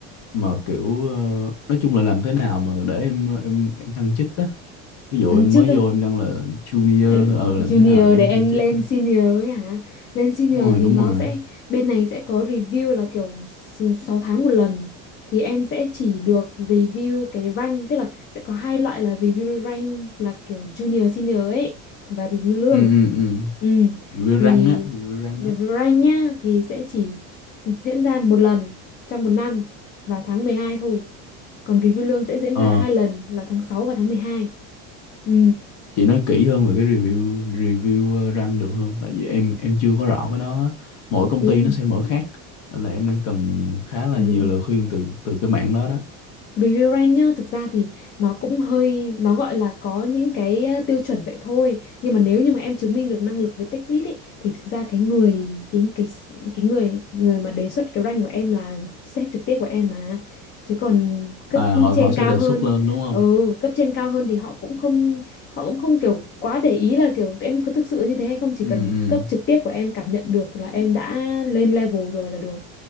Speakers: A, on the left; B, on the left.
A: mà kiểu ờ, nói chung là làm thế nào mà để em em em thăng chức á ví dụ
B: Thằng
A: em
B: trước
A: mới vô em đang là junior
B: Ờ,
A: thôi, ờ
B: Junior
A: làm thế nào để em
B: để em
A: thăng chức
B: lên
A: ha?
B: senior ấy hả? Lên senior
A: đúng rồi
B: thì
A: đúng
B: nó
A: rồi
B: sẽ bên này sẽ có review là kiểu s- 6 tháng một lần thì em sẽ chỉ được review cái rank tức là sẽ có hai loại là review rank là kiểu junior senior ấy và review lương.
A: ừ ừ ừ
B: Ừ.
A: review
B: Thì
A: răng á review răng
B: rank
A: á
B: nhá thì sẽ chỉ diễn ra một lần trong một năm và tháng 12 thôi. Còn review lương sẽ diễn
A: ờ
B: ra hai lần là tháng 6 và tháng 12. Ừ.
A: chị nói kỹ hơn về cái review review ờ, răng được không tại vì em em chưa có rõ cái đó á. mỗi công
B: Thế-
A: ty nó sẽ mở khác nên là em đang cần khá là
B: Ừ.
A: nhiều lời khuyên từ từ cái mảng đó đó
B: Review rank nhá, thực ra thì nó cũng hơi, nó gọi là có những cái ờ, tiêu chuẩn vậy thôi. Nhưng mà nếu như mà em chứng minh được năng lực với tích lũy ấy, thì thực ra cái người, cái, cái cái người người mà đề xuất cái rank của em là sếp trực tiếp của em mà. Chứ còn cấp
A: à họ
B: trên
A: họ sẽ
B: cao
A: đề
B: hơn,
A: xuất lên đúng không
B: ừ, cấp trên cao hơn thì họ cũng không, họ cũng không kiểu quá để ý là kiểu em có thực sự như thế hay không. Chỉ
A: ừ,
B: cần
A: ừ.
B: cấp trực tiếp của em cảm nhận được là em đã lên level rồi là được.